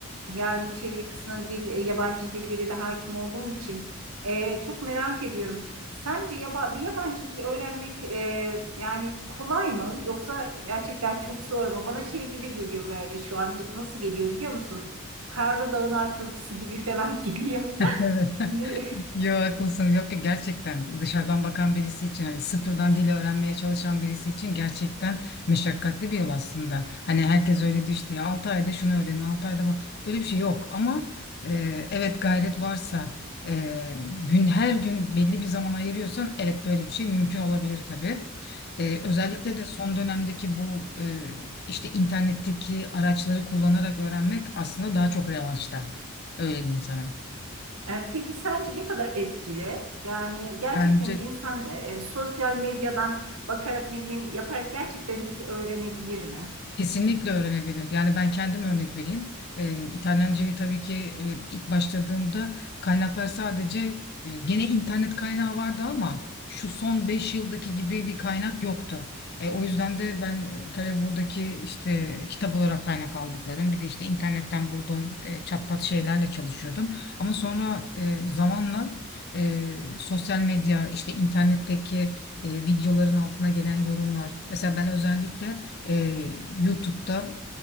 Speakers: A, on the right; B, on the left.
A: yani çeviri kısmına dil, e, yabancı dillere de hakim olduğun için e, çok merak ediyorum. Sence yaba, bir yabancı dil öğrenmek e, yani kolay mı yoksa gerçekten çok zor mu? Bana şey gibi geliyor böyle şu an nasıl geliyor biliyor musun? Karlı dağın arkası gibi falan <laughs> geliyor.
B: evet.
A: Ne?
B: <laughs> Yo haklısın. Yok ki gerçekten dışarıdan bakan birisi için hani sıfırdan dil öğrenmeye çalışan birisi için gerçekten meşakkatli bir yol aslında. Hani herkes öyle diyor işte ya 6 ayda şunu öğrenin, 6 ayda bu. Öyle bir şey yok ama e, evet gayret varsa e, gün her gün belli bir zaman ayırıyorsan evet böyle bir şey mümkün olabilir tabii. E, özellikle de son dönemdeki bu e, işte internetteki araçları kullanarak öğrenmek aslında daha çok revaçta. Öyle diyeyim sana.
A: E, Peki sence ne kadar etkili? Yani gerçekten
B: Bence
A: insan e, e, sosyal medyadan bakarak ne bileyim yaparak gerçekten dil öğrenebilir mi?
B: Kesinlikle öğrenebilir. Yani ben kendim örnek vereyim. Ee, İtalyancayı tabii ki e, ilk başladığımda kaynaklar sadece e, gene internet kaynağı vardı ama şu son 5 yıldaki gibi bir kaynak yoktu. E, o yüzden de ben e, tabii buradaki işte kitap olarak kaynak aldıklarım bir de işte internetten bulduğum e, çatpat şeylerle çalışıyordum. Ama sonra e, zamanla e, sosyal medya işte internetteki e, videoların altına gelen yorumlar. Mesela ben özellikle ee, YouTube'da